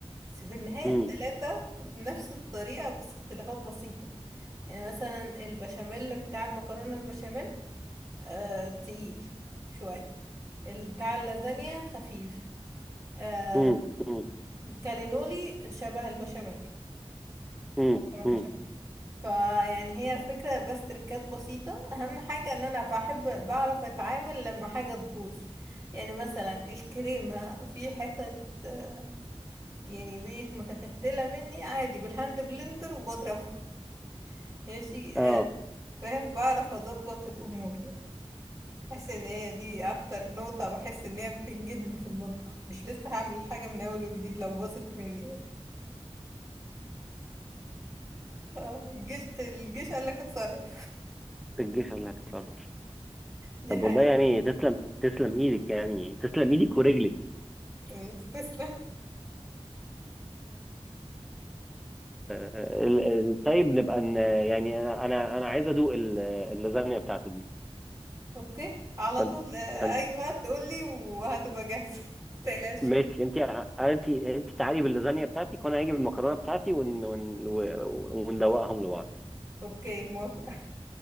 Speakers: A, on the right; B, in the centre.
A: بس في النهاية
B: مم.
A: التلاتة بنفس الطريقة بس اختلافات بسيطة يعني مثلا البشاميل بتاع المكرونة البشاميل آه تقيل شوية بتاع اللازانيا خفيف آه
B: مم. مم.
A: الكالينولي شبه البشاميل
B: مم.
A: مكرونة
B: مم.
A: بشاميل فيعني هي الفكرة بس تركات بسيطة أهم حاجة إن أنا بحب بعرف أتعامل لما حاجة تبوظ يعني مثلا الكريمة في حتت آه، يعني بقت متكتلة مني عادي بالهاند بلندر وبضربها <laughs> ماشي
B: اه
A: آه، فاهم بعرف أظبط الأمور بحس ان هي دي اكتر نقطة بحس ان هي بتنجدني في المطبخ مش لسه هعمل الحاجة من اول وجديد لو باظت مني آه، الجيش الجيش قال لك اتصرف
B: الجيش اللي هتتصرف
A: دي
B: طب
A: حقيقة
B: والله يعني تسلم تسلم ايدك يعني تسلم ايدك ورجلك
A: مش تسلم
B: آه، آه، ال- ال- طيب نبقى ن- يعني انا انا انا عايز ادوق ال- اللازانيا بتاعتك دي
A: اوكي على
B: فانت
A: طول آه،
B: فانت
A: اي وقت تقولي وهتبقى جاهزة <laughs> متقلقش
B: ماشي انت انت انت تعالي باللازانيا بتاعتك وانا هاجي بالمكرونه بتاعتي ون ون و- وندوقهم لبعض
A: اوكي موافقة